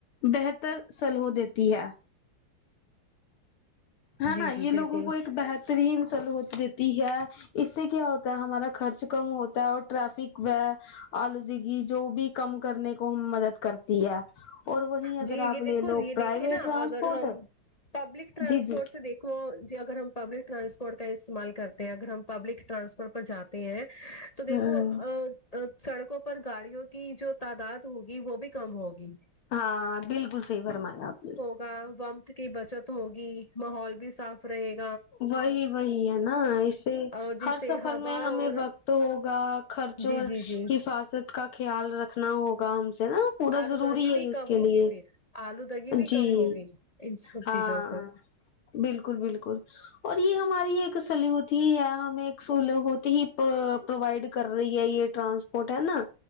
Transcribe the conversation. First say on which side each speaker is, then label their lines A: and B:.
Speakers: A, on the left (about 80°); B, on the left (about 30°).
A: بہتر سلو دیتی ہے ہے
B: جی
A: نا
B: جی
A: یہ
B: بالکل
A: لوگوں کو ایک بہت ترین سلوت دیتی ہے اس سے کیا ہو تا ہے ہمارا خرچ کم ہوتا ہے اور ٹریفک وے آلودگی جو بھی کم کرنے کو ہم مدد کرتے تی ہے اور وہیں اگر
B: جی یہ
A: آپ
B: دیکھو
A: لے لو
B: یہ دیکھیے
A: پرائیویٹ
B: نا
A: ٹرانسپورٹ
B: اگر ہم پبلک ٹرانسپورٹ
A: جی جی
B: سے دے کو جی اگر ہم پبلک ٹرانسپورٹ کا استعمال کرتے ہیں اگر ہم پبلک ٹرانسپورٹ پر جاتے ہیں تو
A: ہوں
B: دیکھو ا سڑکوں پر گاڑیوں کی جو تعداد ہوگی وہ بھی کم ہوگی
A: ہاں بالکل صحیح فرمایا آپ نے
B: اں ومت کی بچت ہوگی ماحول بھی صاف رہے گا
A: وہی وہی ہے نہ ایسے
B: اور جس
A: ہر
B: سے
A: سفر
B: ہوا
A: میں ہمیں
B: اور
A: وقت ہوگا خرچوں
B: جی جی جی
A: حفاظت کا خیال رکھنا ہوگا سے نا پورا
B: آلودودگی
A: ضروری ہے
B: بھی
A: اس
B: کم
A: کے
B: ہوگی
A: لیے
B: پھر آلودودگی بھی
A: جی
B: کم ہوگئی ان سب
A: ہاں
B: چیزوں سے
A: بالکل بالکل اور یہ ہماری ایک سلیحت ہی ہے ہمیں ایک سولت ہی پرووائڈ کر رہی ہے یہ ٹرانسپورٹ ہے نا